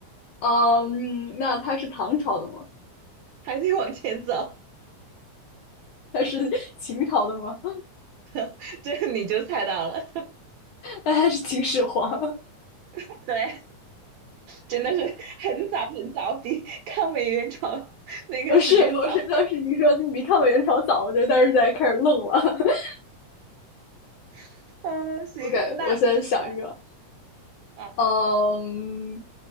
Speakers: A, on the left (about 75°); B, on the right (about 75°).
A: 呃嗯，那他是唐朝的吗？
B: 还得往前走，
A: 他是 <laughs> 秦朝的吗？
B: <laughs> 这你就猜到了，
A: 那他是秦始皇。
B: <laughs> 对，真的是很早很早，比抗美援朝那个时间早。
A: 我是我是当时你说你比看过元朝早，我就当时在开始愣了。<laughs>
B: <laughs> 嗯、行，
A: OK，
B: 那就算
A: 我现在想一个，
B: 啊，
A: 嗯 um,